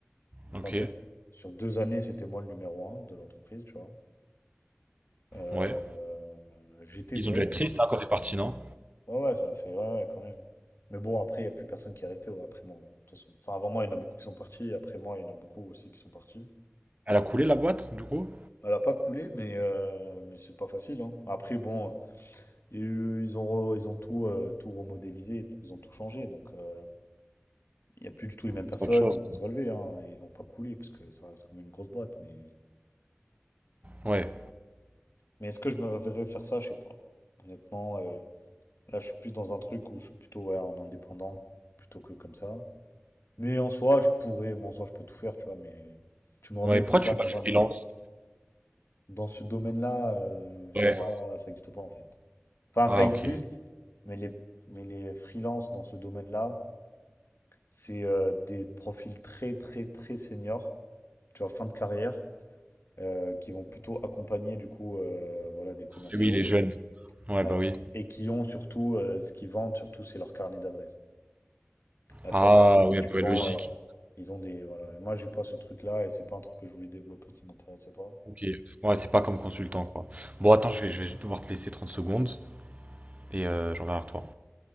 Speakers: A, on the right; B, on the left.
A: Ok,
B: Enfin, peut-être sur deux années, c'était moi le numéro un de l'entreprise, tu vois. Euh,
A: ouais.
B: euh, j'étais
A: Ils
B: bon.
A: ont dû être tristes hein, quand t'es parti, non?
B: Ouais, ouais, ça a fait, ouais, ouais, quand même. Mais bon, après, il n'y a plus personne qui est resté ouais, après moi. de toute façon. Enfin, avant moi, il y en a beaucoup qui sont partis. et Après moi, il y en a beaucoup aussi qui sont partis.
A: Elle a coulé la boîte du coup?
B: Elle a pas coulé, mais, euh, mais c'est pas facile. hein. Après, bon, il y a eu- ils ont, re- ils ont tout, euh, tout remodélisé, ils ont tout changé. Donc, euh, il n'y a plus du tout les mêmes personnes.
A: C'est autre chose.
B: Ils vont se relever. Hein, ils vont pas couler parce que ça reste quand même une grosse boîte. Mais,
A: Ouais.
B: mais est-ce que je me reverrais faire ça? Je sais pas. Honnêtement, euh, là, je suis plus dans un truc où je suis plutôt ouais, en indépendant plutôt que comme ça. Mais en soi, je pourrais, moi, en soi, je peux tout faire, tu vois. Mais tu me remets
A: Ouais, pourquoi
B: comme ça
A: tu fais
B: dans
A: pas du freelance?
B: un, dans ce domaine-là, euh,
A: Ouais.
B: c'est pas, ça n'existe pas en fait. Enfin,
A: Ah,
B: ça existe,
A: ok. Et
B: mais les, mais les freelances dans ce domaine-là, c'est euh, des profils très, très, très seniors, tu vois, fin de carrière, euh, qui vont plutôt accompagner, du coup, euh, voilà, des commerciaux,
A: oui, il est jeune. Ouais,
B: euh,
A: bah oui.
B: et qui ont surtout, euh, ce qu'ils vendent, surtout, c'est leur carnet d'adresses. Là,
A: Ah
B: tu vois, t'arrives
A: ouais,
B: et tu
A: bah,
B: vends,
A: ouais, logique.
B: euh, ils ont des, voilà. Et Moi, j'ai pas ce truc-là, et c'est pas un truc que je voulais développer, ça m'intéressait pas.
A: Ok. Ouais, c'est pas comme consultant, quoi. Bon, attends, je vais, je vais devoir te laisser 30 secondes et euh, je reviens vers toi.